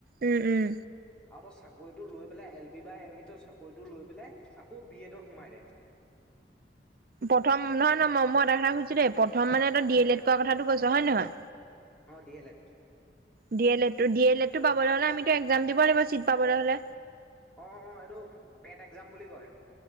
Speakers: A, on the right; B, in the centre.
A: উম উম
B: আৰু তই চাকৰিটো লৈ পেলাই এল পি বা এম ইত চাকৰিটো লৈ পেলাই আকৌ বি এডত সোমাই দে
A: প্ৰথম নহয় নহ মই মই এটা কথা শুদিছো দেই প্ৰথম মানে তই ডি এল এড কৰা কথাটো কৈছ হয় নে নহয়
B: অ D L Ed
A: D L এডটো ডি এল এডটো পাবলে হলে আমিতো একজাম দিব লাগিব চিট পাবলে হলে
B: অ অ এইটো পেট একজাম বুলি কয়